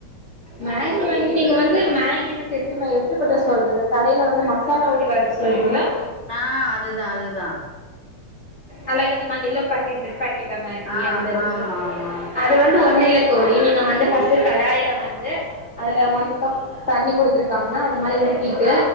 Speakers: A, on the left; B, on the right.
A: மேகி வந்து நீங்க வந்து மேகி வந்து எப்டி எப்டிப்பட்ட சொல்றீங்க கடையில வந்து மசாலா ஓடி வரது சொல்றீங்களா
B: ஆ அதுதா அதுதா
A: ஆ லைக் அந்த ம யெல்லோ பேக்கெட் ரெட்பேக்கெட் மேகி
B: ஆ
A: அந்த இது
B: ஆமா ஆமா ஆமா
A: அது வந்து ஒன்னுல்லக் தோழி நீங்க வந்து பஸ்ட்டு கடாயில வந்து அதுல ஒன் கப் தண்ணி குத்துருக்காங்கன்னா அந்த மாதிரி ஊத்திட்டு